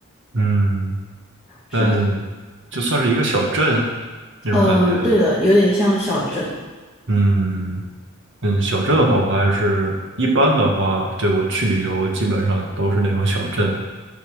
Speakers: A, on the right; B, in the centre.
A: 嗯，
B: 是的，
A: 但就算是一个小镇那种感觉，
B: 嗯，对的，有点像小镇。
A: 嗯嗯，小镇的话，我还是一般的话，对我去旅游基本上都是那种小镇，